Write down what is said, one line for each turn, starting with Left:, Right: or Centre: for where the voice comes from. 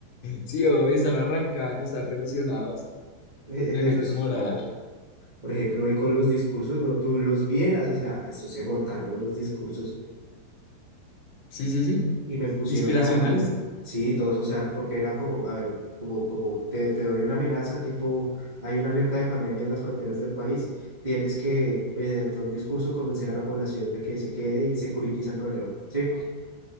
Left: Sí, hoy están arrancando, están revolucionados.
Right: Eh,
Left: Le
Right: ellos,
Left: meten moral.
Right: por ejemplo, hoy con los discursos, bro, tú los vieras, o sea, estos se montaron unos discursos
Left: Sí, sí, sí.
Right: y me pusieron
Left: Inspiracionales.
Right: a mí. Sí, todos, o sea, porque era como, a ver, como, como te, te doy una amenaza, tipo, hay una alerta de pandemia en las fronteras del país, tienes que, mediante un discurso, convencer a la población de que se quede y securitiza el problema, ¿sí?